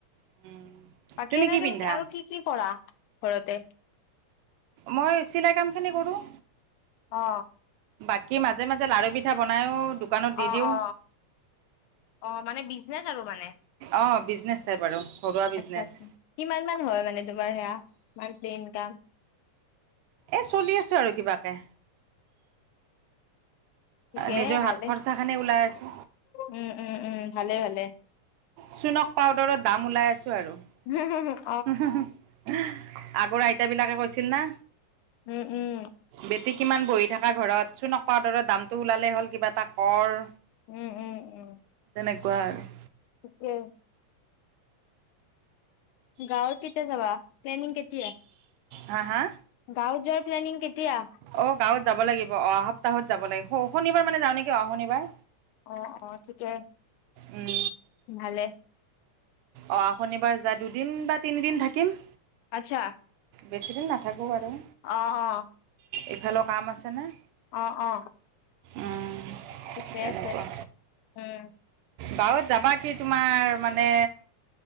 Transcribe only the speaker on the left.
বাকী এনে
তুমি
আৰু কি কি কৰা ঘৰতে?
অ।
অ
অ অ মানে বিজনেচ আৰু মানে
আচ্ছা আচ্ছা কিমান মান হয় মানে তোমাৰ সেয়া মান্থলী ইনকাম?
ঠিকে
ভালে
উম উম উম ভালে ভালে।
হুম হ হ।
উম উম
উম উম উম।
ঠিকে গাৱত কেতিয়া যাবা প্লেনিং কেতিয়া?
গাৱত যোৱাৰ প্লানিং কেতিয়া?
অ অ ঠিকে
ভালে।
আচ্ছা।
অ অ
অ অ
ঠিকে
আছে উম,